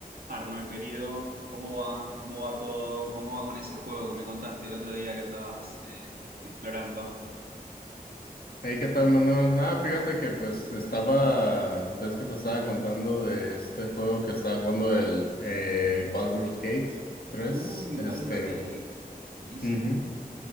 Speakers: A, on the right (about 75°); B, on the left (about 75°).
A: Arnold, querido, ¿cómo va? ¿Cómo va todo? ¿Cómo va con ese juego que me contaste el otro día que andabas eh, explorando?
B: Hey, ¿qué tal, Manuel? Nada, fíjate que pues estaba, ves que te estaba contando de este juego que estaba jugando el eh, Baldur's Gate tres,
A: Uy,
B: este,
A: Baldur's Gate. Buenísimo.
B: ujú.